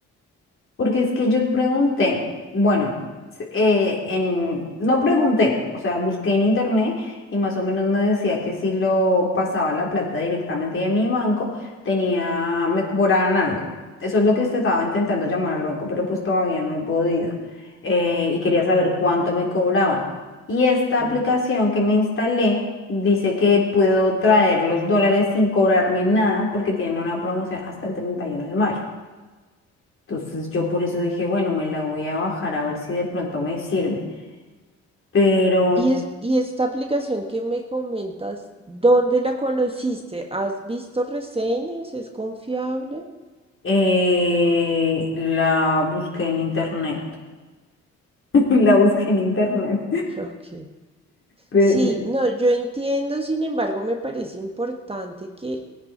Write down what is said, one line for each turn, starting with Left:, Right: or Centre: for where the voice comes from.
Left: Porque es que yo pregunté, bueno, s- eh, en, no pregunté, o sea, busqué en internet y más o menos me decía que si lo pasaba la plata directamente de mi banco, tenía, me cobraban algo. Eso es lo que usted estaba intentando llamar al banco, pero pues todavía no he podido. eh, y quería saber cuánto me cobraban. Y esta
Right: Ok.
Left: aplicación que me instalé dice que puedo traer los dólares sin cobrarme nada porque tienen una promoción hasta el 31 de mayo. Entonces yo por eso dije, bueno, me la voy a bajar a ver si de pronto me sirve. Pero
Right: Y, es, y esta aplicación que me comentas, ¿dónde la conociste? ¿Has visto reseñas? ¿Es confiable?
Left: eh, la busqué en internet. <laughs> La busqué en internet.
Right: <laughs> Ok.
Left: Pe-
Right: Sí, no, yo entiendo, sin embargo, me parece importante que